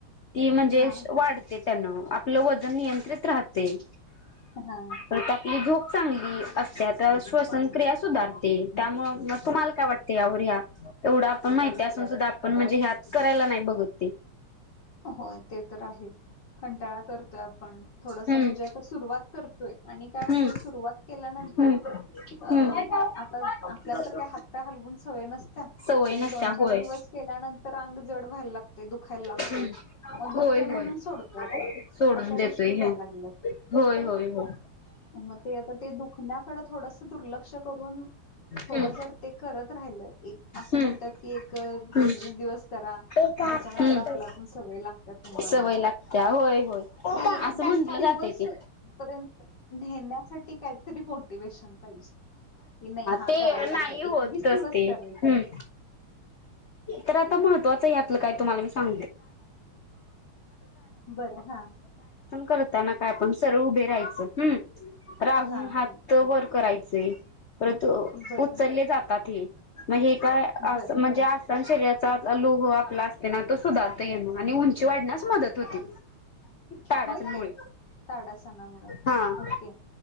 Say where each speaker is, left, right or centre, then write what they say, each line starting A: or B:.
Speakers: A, on the left; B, on the left.
A: ती म्हणजे
B: हा
A: वाढते त्यान आपलं वजन नियंत्रित राहते.
B: हा.
A: परत झोप चांगली असते तर श्वसन क्रिया सुधारते त्या मग मगं, तुम्हाला काय वाटते यावर?? एवढ आपण माहितीन सुधा आपण म्हणजे ह्याच करायला नाही बघ ते.
B: होय ते तर आहे. कंटाळा करतोय आपण थोडस
A: हम्म
B: म्हणजे आता सुरुवात करतोय आणि काय हुतंय
A: हम्म
B: सुरवात केल्यानंतर
A: हम्म
B: अअ
A: हम्म
B: आता आपल्याला तर काय हात पाय हालवून स वय नसत्या,
A: सवय
B: आणि
A: नसत्या
B: दोन चार
A: होय
B: दिवस केल्यानंतर अंग जड व्हायला लागते दुखायला लागते.
A: हम्म
B: मग दुखतेय
A: होय
B: म्हणून
A: होय
B: सोडतोय आपण
A: सोडून
B: अशा
A: देतोय
B: गोष्टी व्हायला
A: हे
B: लागल्यात.
A: होय होय होय
B: मग ते आता ते दुखण्याकडे थोडंसं दुर्लक्ष करून, थोडं
A: हम्म
B: जर ते करत राहिल एक असं
A: हम्म
B: म्हणतात की एक एकवीस
A: हम्म
B: दिवस करा.
A: हम्म.
B: त्याच्यानंतर आपलं आपण सवय लागत्या तुम्हाला.
A: सवय लागत्या होय होय
B: ते
A: असं म्हटल
B: दिवस
A: जातय ते.
B: पर्यंत नेण्यासाठी काहीतरी मोटिवेशन. पाहिजे, की नाही हा
A: ते
B: करायचच
A: नाही
B: आहे
A: होतच
B: एकवीस दिवस
A: ते
B: करायचय.
A: हम्म तर आता महत्वाच यात, <inaudible> पण
B: बरं हा
A: करताना काय आपण सरळ उभे राहायचं ह राहून
B: हा
A: हात
B: हा
A: वर करायचे परंतु
B: बरं
A: उचलले जातात हे मग हे काय अस
B: बरं
A: म्हणजे
B: हा
A: आसान शरीरात चा लोह आपला असते ना तो सुधारत येण आणि उंची वाढण्यास मदत होते. ताडासन
B: होय काय
A: मुळे,
B: ताडासनामुळं
A: हा.
B: ओके